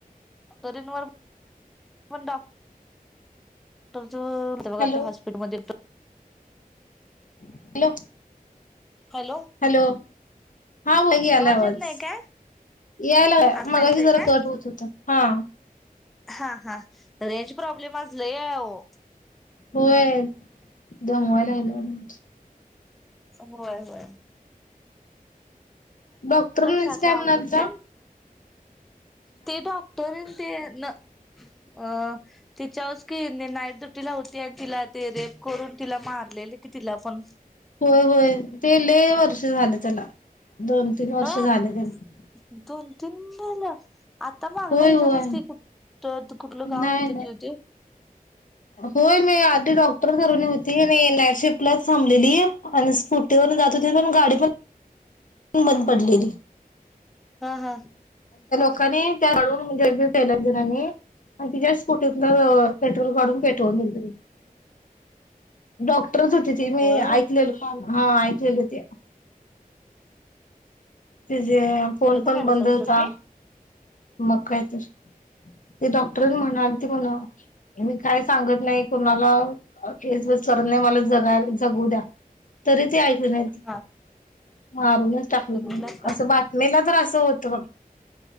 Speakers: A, in the centre; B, on the left.
A: डॉक्टरीनवर. कोण डॉ. तो, जो, तो, बघा
B: हॅलो
A: त्या हॉस्पिटल मध्ये तो.
B: Hello
A: hello.
B: हॅलो. हा बघ याय लागलाय आवाज.
A: येत नाही काय
B: यायलागलाय
A: आता
B: मगाशी
A: येतोय
B: जरा
A: काय
B: कट होत, होता. हा.
A: हा हा रेंज प्रॉब्लेम आज लई हाय आओ.
B: होय दमवायलालागय.
A: होय-होय.
B: डॉक्टर म्हणायच
A: घरातलं
B: काय
A: आवरून
B: म्हण्याचा
A: तेन ते डॉक्टर न ते न अ तिच्यावरच कि नाईट ड्युटी ला होती आणि तिला ते रेप करून तिला मारलेले कि तिला पण.
B: होय होय ते ले वर्ष झाले त्याला दोन. तीन वर्ष
A: नाही
B: झाले त्याला.
A: दोन तीन झालं आता मागण्या
B: होय
A: ह्याच्यातच
B: होय
A: त ते खू तर तू कुठलं गाव
B: नाही
A: होतं
B: नाही
A: कि हो ते?
B: होय मी आधी डॉक्टर ठरवली होती आणि नाईटशिफ्ट ला चा थांबलेली आणि स्कूटीवरून जात होते पण गाडी पण बंद पडली.
A: हा हां
B: कीनाय त्या <unintelligible> जणांनी त्यांच्या मग तिच्याच स्कुटी तल पेट्रोल काढून घेतला. दोन मिनिट दिले. डॉक्ट ट्र होती ती मी
A: होय
B: ऐकलेल. हा ऐकेल होते. ते जे
A: कसलं
B: फोन पण
A: धाडस
B: बंद होता
A: असेल नाही
B: मग कायतर ते डॉक्टर म्हणाल ते मला मी काय सांगत नाही कोणाला
A: हा
B: केस स नाही मला जगायला जगू द्या तरी ते ऐकले नाही
A: हा
B: मारूनच टाकल.
A: बघितलास का
B: असं
A: काय?
B: बातमी ला त्रास अस होतो म